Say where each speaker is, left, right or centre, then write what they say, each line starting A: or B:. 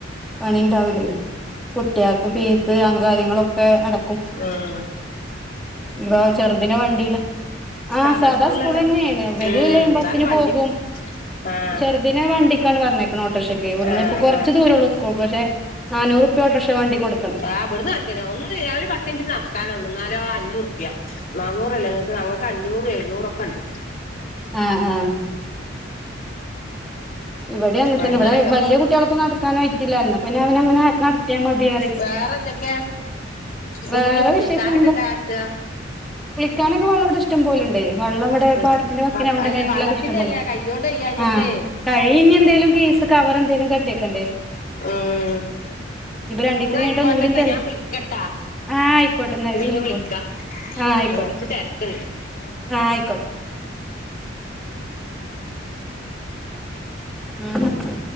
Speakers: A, in the centre; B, on the left.
A: പണി ഉണ്ടാവൂല്ലേ കുട്ടികൾക്ക് ഫീസ് കാര്യങ്ങളൊക്കെ അട
B: ആഹ്
A: ഇപ്പ ചെറുദിനെ വണ്ടില്ല ആഹ്
B: സാധാ
A: സാദാ
B: സ്കൂളിലല്ലേ
A: സ്കൂൾ തന്നെയണ് ഇവര്
B: ഉം
A: ലൈൻ
B: എന്നാലും
A: ബസ്സിന്
B: വണ്ടി
A: പോകും
B: ആഹ്
A: ചെറുദിനെ വണ്ടിക്കാണ് പറഞ്ഞ് അയക്കിണെ ഓട്ടോറിക്ഷയ്ക്ക് ഇവിടന്ന്
B: ആഹ്
A: ഇപ്പൊ കുറച്ച്
B: ആഹ്
A: ദൂരേള്ളൂ സ്കൂൾക്ക് പക്ഷെ ആഹ് നാനുറുപ്പ്യോള്ളക്ഷ വണ്ടിടുക്കണം
B: ആഹ് ഇവിടുന്ന ഒന്ന് ഞ ഒരു പത്ത് മിനിട്ട് നടത്താനേ ഉള്ളൂ എന്നലോ അഞ്ഞൂറ്റുപ്യ നാന്നൂറ അല്ലേ നിങ്ങൾക്ക് ഞങ്ങൾക്ക് അഞ്ഞൂറ് എഴുന്നൂറൊക്കെ ഉണ്ട്
A: ആഹ് ആഹ് ഇവിടെ അങ്ങന തന്നെ
B: അങ്ങനൊക്കെ
A: ഇവിടെ വലിയ കുട്ടികളിപ്പ നടക്കാനായിയിട്ടില്ലായിരുന്ന അപ്പന്ന അവൻ അങ്ങനെ നടത്തിയാ മതിയ
B: വേറെ എന്തൊക്കെ ഇപ്പൊ
A: വേറെ
B: കുഞ്ഞു കുളിക്കാനൊക്കെ
A: വിശേഷം
B: എന്താ ആക്കാ
A: കുളിക്കാനൊക്കെ വെള്ളം ഇവി ഇഷ്ടം പോലണ്ട വെള്ളംമ്മടെ
B: ഉം
A: പാടത്തിന്റെ വക്കനായോണ്ട്
B: അല്ല
A: കിണറ്റിലോക്കെ
B: വള്ളത്തിന്റെ
A: ഇഷ്ടം പോലെ
B: അല്ലേ കയ്യോണ്ട് അരിയാഞ്ഞിട്ടെ
A: ആഹ് കഴി ഇഞ്ഞ എന്തേലും കേസ് കവർ എന്തേലും കട്ടിയൊക്കേണ്ട
B: ഉം
A: രണ്ടീസം
B: എന്നാ
A: കഴിഞ്ഞിട്ട്
B: ആയിക്കോട്ടട്ടാ
A: ഒന്നും കൂടി ചെല്ല
B: ഞാൻ വിളിക്കട്ടാ
A: ആഹ് ആയിക്കോട്ടെ എന്നാ
B: പിന്നെ
A: വിളിക്കോണ്ട്
B: വിളിക്ക
A: ആഹ് ആയിക്കോട്ടെ
B: കൊറച്ച് തിരക്കണ്ട്
A: ആഹ് അയിക്കോട്ടെ ഉം